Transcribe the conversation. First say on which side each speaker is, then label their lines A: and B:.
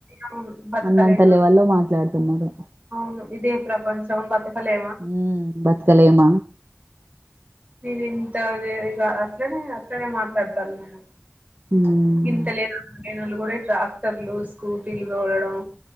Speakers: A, on the right (about 35°); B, on the right (about 65°).
A: అవును బతకలేమ
B: అన్నంత లెవెల్లో మాట్లాడుతున్నారు
A: అవును ఇదే ప్రపంచం బతుకలే
B: మ్ బతకలేమ
A: మీరు ఇంత వే ఇగ అట్లనే అట్లనే మాట్లాడతాలు మేడం
B: ఉమ్
A: ఇంత లేన్ అంత లేన్ ఓళ్ళు కూడా ట్రాక్టర్లు స్కూటీలు తొలడం